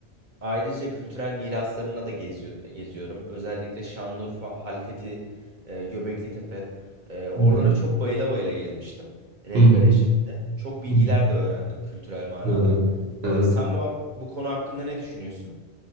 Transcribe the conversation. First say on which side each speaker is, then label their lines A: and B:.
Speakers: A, on the right (about 50°); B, on the right (about 70°).
A: Ayrıca kültürel miraslarına da geziyor, geziyorum. Özellikle Şanlıurfa, Halfeti, e, Göbeklitepe. E, oralara
B: Hı hı.
A: çok bayıla bayıla gezmiştim. Rehber
B: Hı hı.
A: eşliğinde. Çok bilgiler
B: Hı hı.
A: de öğrendim kültürel manada.
B: Evet. Evet.
A: E, sen bu, hak- bu konu hakkında ne düşünüyorsun?